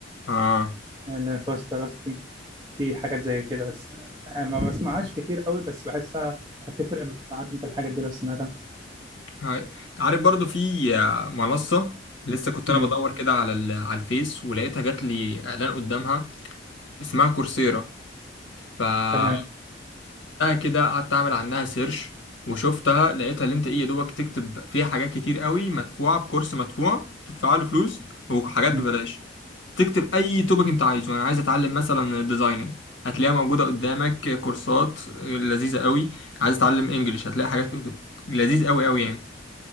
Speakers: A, on the left; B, on the right.
A: اه
B: ليرن فاست راستي في حاجات زي كده بس آه، ما بسمعهاش كتير قوي بس بحسها هتفرق معاك انت الحاجات دي لو سمعتها
A: هاي. عارف برضو في آه، منصة لسه كنت انا
B: امم
A: بدور كده على ال- على الفيس ولقيتها جات لي اعلان قدامها اسمها كورسيرا فخدتها
B: تمام
A: كده قعدت اعمل عنها سيرش وشفتها لقيتها اللي انت ايه يا دوبك تكتب فيها حاجات كتير قوي مدفوعه بكورس مدفوع تدفع له فلوس وحاجات ببلاش
B: مم.
A: تكتب اي توبك انت عايزه انا عايز اتعلم مثلا ديزايننج هتلاقيها موجوده قدامك كورسات لذيذه قوي عايز اتعلم انجليش هتلاقي حاجات لذيذ قوي قوي يعني